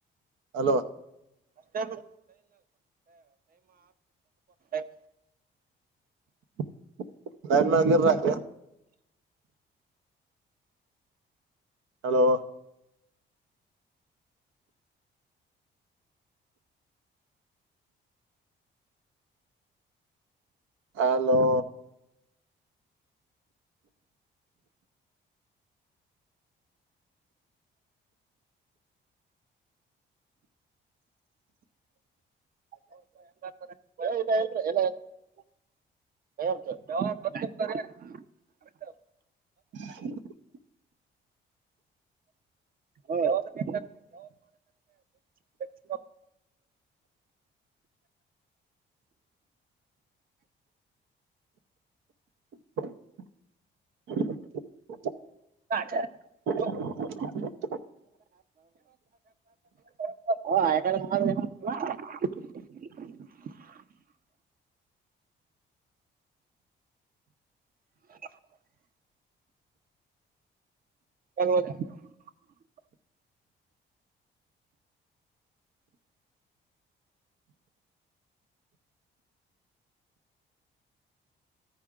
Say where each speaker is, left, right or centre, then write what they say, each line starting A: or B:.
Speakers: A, on the right; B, on the right.
A: ಹಲೋ
B: ಅಷ್ಟೇ <unintelligible>
A: <unintelligible> ಹಲೋ ಅಲೋ
B: <unintelligible> ಯಾವಾಗ್ <unintelligible>
A: <inaudible>
B: ಯಾವಾಗ್ <unintelligible>
A: <inaudible>
B: <inaudible>
A: <inaudible>
B: ಹ <unintelligible> <inaudible> <inaudible>